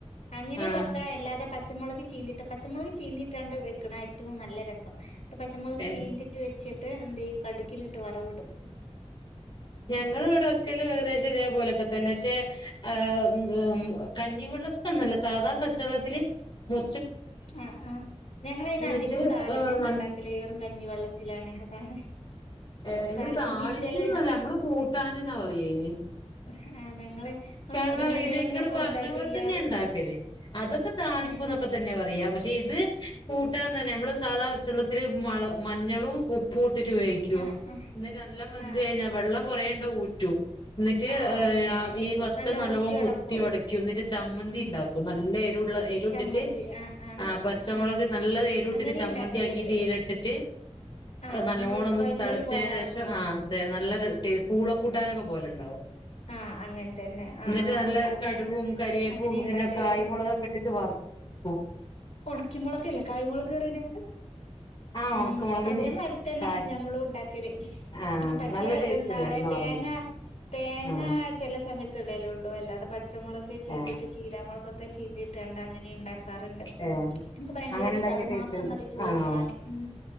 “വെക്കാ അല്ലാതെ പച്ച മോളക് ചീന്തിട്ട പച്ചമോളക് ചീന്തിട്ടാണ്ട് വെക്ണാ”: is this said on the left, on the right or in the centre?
Left